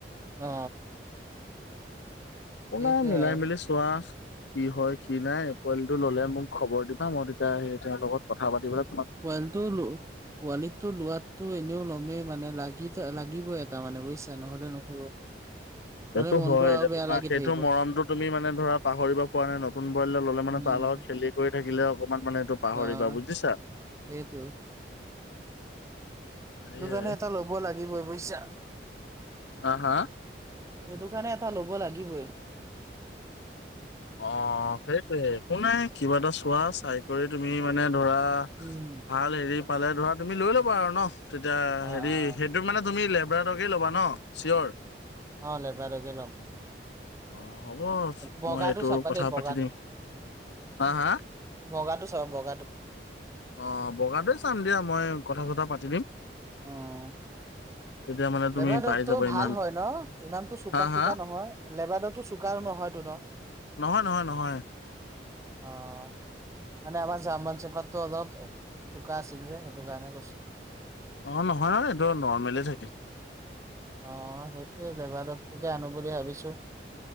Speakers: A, on the right; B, on the left.
A: অ।
B: একো
A: সেইটোৱে
B: নাই মিলাই
A: আৰু।
B: মিলি চোৱা। কি হয় কি নাই পোৱালিটো ল'লে মোক খবৰ দিবা মই তেতিয়া সে তেওঁৰ লগত কথা পাতিবলে
A: পোৱালিটো ল পোৱালিটো লোৱাতটো এনেও ল'মেই মানে লা লাগিবই এটা মানে বুইছা, নহ'লে নহব। নহ'লে
B: সেইটো
A: মনটো
B: হয়
A: আৰু বেয়া
B: তোমাৰ
A: লাগি
B: সেইটো
A: থাকিব,
B: মৰমটো তুমি মানে ধৰা পাহৰিব পৰা নাই নতুন ব্ৰইলাৰ ল'লে
A: উম।
B: মানে তা অলপ অ খেলি কৰি থাকিলে অকমান মানে এইটো পাহৰিবা
A: অ',
B: বুজিছা?
A: সেইটোৱে।
B: সেয়াই।
A: এইটো কাৰনে এটা লব লাগিবই বুইছা। সেইটো
B: হা হা
A: কাৰণে এটা লব লাগিবই।
B: অ সেইটোৱে, একো নাই কিবা এটা চোৱা চাই কৰি তুমি মানে ধৰা
A: উম।
B: ভাল হেৰি পালে ধৰা তুমি লৈ ল'বা আৰু ন? তেতিয়া
A: অ', অ',
B: হেৰি সেইটো মানে তুমি লেবৰাটকে ল'বা ন চিয়ৰ?
A: অ লেব্ৰা টোকো লম।
B: অ হ'ব
A: বগাটো
B: মই এইটো
A: চাবা
B: কথা
A: দেই বগাটো
B: পাতি দিম হা হা
A: বগাটো চাবা ব
B: অ বগাতে চাম দিয়া মই কথা চথা পাতি দিম।
A: অহ।
B: তেতিয়া মানে তুমি
A: লেবাৰডগটো
B: পাই যাবা
A: ভাল
B: ইমান
A: হয় ন? ইমানতো চোকা
B: হা হা
A: চোকা নহয় লেবাৰডগটো চোকা নহয়তো ন?
B: নহয় নহয় নহয়।
A: আহ। মানে আমাৰ জাম চেপাততো অলপ চোকা আছিল যে সেইটো কাৰণে কৈছো।
B: অ নহয় নহয় এইটো নৰ্মেলি থাকে।
A: অ সেইটোয়ে লেবাৰতডকতোকে আনো বুলি ভাবিছো।